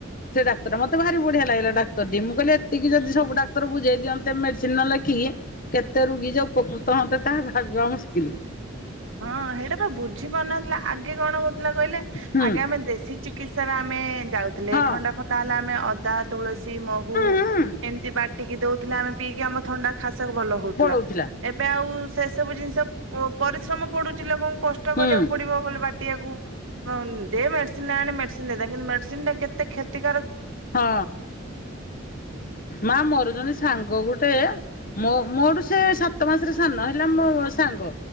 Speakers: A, on the left; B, on the right.
A: ସେ ଡକ୍ତରା ମତେ ଭାରି ବଢି ଲାଗା ଡକ୍ତରଟି ମୁଁ କିଲେ ଏତିକ ଯଦିବୁ ଡାକ୍ତର ବୁଝେଇ ଦିଅନ୍ତେ ମେଡିସିନ ନଲେଖିକି କେତେ ରୋଗୀ ଯେ ଉପକୃତ ହୁଅନ୍ତେ ତାହା ଭାବିବା ମୁସ୍କିଲ ।
B: ହଁ ସେଇଟା ବା ବୁଝି ପାରୁ ନଥିଲା ଆଗେ କଣ ହଉଥିଲା କହିଲେ
A: ହୁଁ
B: ଆଗେ ଆମେ ଦେଶୀ ଚି କିତ୍ସା ରେ ଆମେ । ଯାଉଥିଲେ
A: ହଁ
B: ଥଣ୍ଡା ଫଥଣ୍ଡା ହେଲେ ଆମେ ଅ ତ । ତୁଳସୀ ମହୁ
A: ହୁଁ ହୁଁ
B: ଏମିତି ବାଟ ଟିକି ଦଉଥିଲେ ଆମେ । ପିଇକି ଆମ ଥଣ୍ଡା ଖାସ ଭଲ ହଉଥିଲା
A: ପଳଉଥିଲା
B: ଏବେ ଆଉ । ସେ ସବୁ ଜିନିଷ ପୋ ପରୀ ଶ୍ରମ ପଡୁଛି ଲୋକଙ୍କୁ । କଷ୍ଟ
A: ହୁଁ
B: କରିବାକୁ ପଡିବ ବୋଲି ବା ଆକୁ ଦେ ମେଡିସିନ ଆଣେ ମେଡ଼ିସିନ ଦେଇଦବା କିନ୍ତୁ ମେଡିସିନ ଟା କେତେ କ୍ଷତି ।
A: ହଁ ମା ମୋର ଜଣେ ସାଙ୍ଗ ଗୁଟେ । ମୋ ମୋଠୁ ସେ ସାତ ମାସରେ ସାନ ହେଲା ମୋ ସାଙ୍ଗ